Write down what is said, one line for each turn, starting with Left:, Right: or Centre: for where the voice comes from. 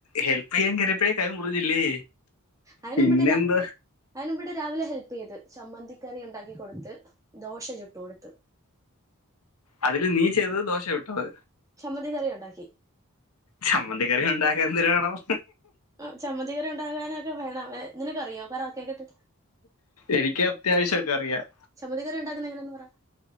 Left: ഹെൽപ് ചെയ്യാൻ കയറിയപ്പഴേ കൈ മുറിഞ്ഞില്ലേ
Right: അയിന്
Left: പിന്നെന്താ
Right: മുമ്പട്ട് അയിന് മുമ്പട്ട് രാവിലെ ഹെൽപ് ചെയ്ത് ചമ്മന്തിക്കറി ഉണ്ടാക്കി കൊടുത്ത് ദോശ ചുട്ടു കൊടുത്ത്
Left: അതില് നീ ചെയ്തത് ദോശ ചുട്ടത്
Right: ചമ്മന്തി കറി ഉണ്ടാക്കി
Left: ചമ്മന്തി കറി ഉണ്ടാക്കാൻ എന്ത് ര് വേണം
Right: ഓ ചമ്മതികറി ഉണ്ടാകാനൊക്കെ വേണം എ നിനക്കറിയോ പറ കേക്കട്ട്
Left: എനിക്ക് അത്യാവശ്യൊക്കെ അറിയാം
Right: ചമ്മന്തിക്കറി ഒണ്ടാക്കുന്നെ എങ്ങനെയാ പറാ